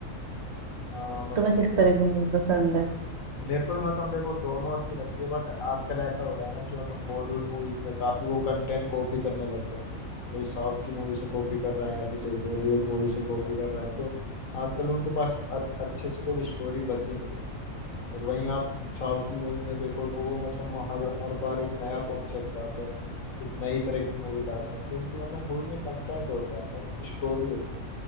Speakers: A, on the left; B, on the right.
A: हाँ मतलब
B: तुम्हें किस तरह की मूवी पसंद है
A: मेरे को भी मतलब देखो दोनों अच्छी लगती है बट आजकल ऐसा हो रहा है ना कि मतलब बॉलीवुड मूवीज में काफी वो कंटेंट कॉपी करने लगते हैं कोई साउथ की मूवी से कॉपी कर रहा है या फिर कोई हॉलीवुड मूवी से कॉपी कर रहा है तो आजकल उनके पास अ- अच्छे से कोई स्टोरी बची नहीं है और वहीं आप साउथ की मूवी में देखो तो वो मतलब हर हर बार एक नया कॉन्सेप्ट लाते हैं एक नई तरह की मूवी लाते हैं तो उनकी मतलब मूवी में कंटेंट होता है मतलब स्टोरी होती